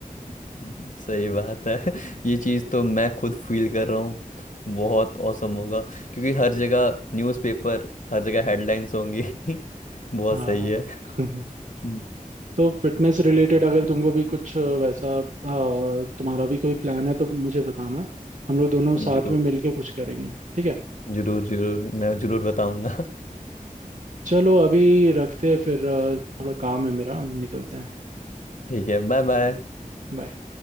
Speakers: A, on the left; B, on the right.
A: <laughs> सही बात है ये चीज़ तो मैं खुद फील कर रहा हूँ बहुत औसम होगा क्योंकि हर जगह न्यूज़पेपर हर जगह हेडलाइंस होंगी <laughs> बहुत
B: <laughs> हाँ
A: सही है
B: <laughs>
A: हम्म,
B: तो फिटनेस रिलेटेड अगर तुमको भी कुछ अ, वैसा अ, तुम्हारा भी कोई प्लान है तो मुझे बताना हम लोग दोनों साथ
A: जरूर
B: में मिलके कुछ करेंगे ठीक है
A: जरूर जरूर मैं जरूर बताऊंगा <laughs>
B: चलो अभी रखते हैं फिर अ, थोड़ा काम है मेरा हम निकलते हैं
A: ठीक है बाय बाय
B: बाय